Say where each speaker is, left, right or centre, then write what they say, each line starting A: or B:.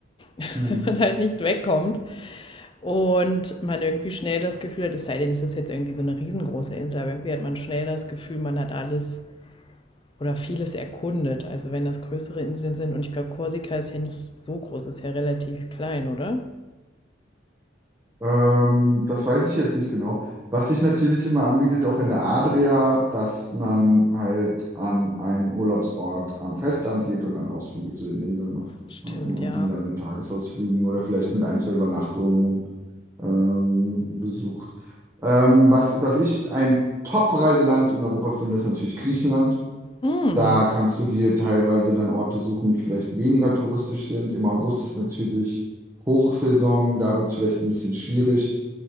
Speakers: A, on the left (about 25°); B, on the right (about 15°).
A: <laughs>
B: Hm.
A: wenn man halt nicht wegkommt und man irgendwie schnell das Gefühl hat, es sei denn, es ist jetzt irgendwie so eine riesengroße Insel, aber irgendwie hat man schnell das Gefühl, man hat alles oder vieles erkundet. Also wenn das größere Inseln sind und ich glaube, Korsika ist ja nicht so groß, ist ja relativ klein, oder?
B: Ähm, das weiß ich jetzt nicht genau. Was sich natürlich immer anbietet, auch in der Adria, dass man halt an einen Urlaubsort am Festland geht und dann Ausflüge zu den Inseln macht.
A: Stimmt,
B: ja, Und
A: ja.
B: die dann in Tagesausflügen oder vielleicht mit ein, zwei Übernachtungen ähm, besucht. Ähm, was, was ich ein Top-Reiseland in Europa finde, ist natürlich Griechenland.
A: Mm,
B: Da kannst du dir teilweise dann Orte suchen, die vielleicht weniger touristisch sind. Im August ist natürlich Hochsaison, da wird es vielleicht ein bisschen schwierig.